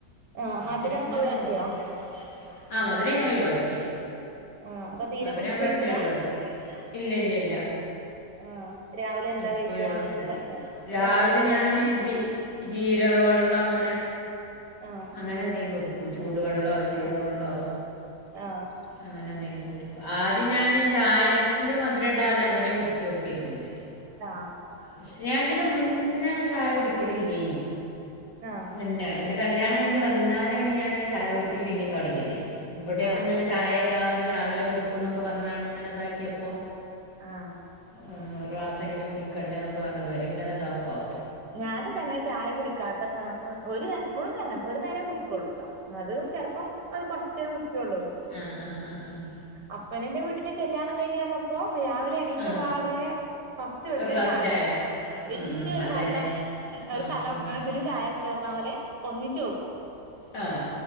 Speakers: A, on the right; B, on the left.
A: ആഹ്
B: അപ്പൊ
A: മധുരം
B: ഇൻക്ക്ങ്ങെനെ
A: ഒഴിവാക്കിയോ
B: തോന്ന മധുരം ഒഴിവാക്കിയൊ ആഹ് മധുരം ഞാൻ ഒഴിവാക്കി
A: ആഹ് അപ്പൊ തീരെ
B: മധുരം
A: കഴിക്കൂല
B: പറ്റ ഒഴിവാക്കി കഴിക്കുന്നില്ല ഇല്ല ല്ല ല്ല
A: ആഹ് രാവിലെ എന്താ
B: അപ്പൊയ്
A: കഴിക്കുക
B: വാക്കില്ല
A: ച
B: രാവിലെ
A: ചായൊക്കെ ഒഴിവാക്കി
B: ഞാന് ജീ ജീരക വെള്ളം അങ്ങനെ
A: ആഹ്
B: അങ്ങനെ എന്തെങ്കി കുടിക്കും ചൂട് വെള്ളൊ ജീരകവെള്ളോ
A: ആഹ് ആഹ്
B: അങ്ങനെ എന്തെങ്കിലും കുടിക്കും ആദ്യം ഞാന് ചായക്ക്ല് മധുരിടാതെ അങ്ങനെ കുടിച്ചോക്കിയിരുന്നത്
A: ആഹ്
B: ക്ഷെ ഞാൻ ഇതിന്റെ മുന്നെ ചായ കുടിക്കലില്ലേനി.
A: ആഹ്
B: പിന്നെ പിന്ന കല്യാണം കഴിഞ്ഞ് വന്നാരേണ് ഞാന് ചായ കുടിക്കല് പിന്നിം തുടങ്ങിയത് ഇവിടെയൊക്കെ
A: ആഹ്
B: ഇങ്ങനെ ചായ എല്ലാരും രാവിലെ കുടിക്കും ന്നൊക്കെ പറഞ്ഞാണ്ട് ഇങ്ങനെ ഇതാക്കിയപ്പോ
A: ആഹ്
B: ഉം ഒരു ക്ലാസങ്കിലും കുടിക്കണ്ടേ ന്നൊക്കെ പറഞ്ഞ് ഇവര് ഇങ്ങനെ ഇതാക്കുവാ
A: ഞാനും തന്നെ ചായ കുടിക്കാത്ത ങ് ങ് ഒരു ഇപ്പളും തന്നെ ഒരു നേരം കുടിക്കൊള്ളുട്ടോ അതും ചെലപ്പം ഒരു കുറച്ചേ കുടിക്കൊള്ളു
B: ആഹ് ആഹ് ആഹ് ആഹ്
A: അപ്പനന്റെ വീട്ടില് കല്യാണം കഴിഞ്ഞ് ചെന്നപ്പോ രാവിലെ എണീറ്റപാടെ
B: ആ
A: ഫസ്റ്റ് വെക്ക
B: ഒരു ഗ്ലാസ്
A: ചായേണ്
B: ചായ
A: വല്ല്യരു
B: ഉം അതന്നെ
A: പാത്രം ഒരു
B: ആ
A: കലൊത്തിന്
B: ആ
A: ചായ ക്കെന്നാവലെ ഒന്നിച്ചു വെക്കും
B: ആ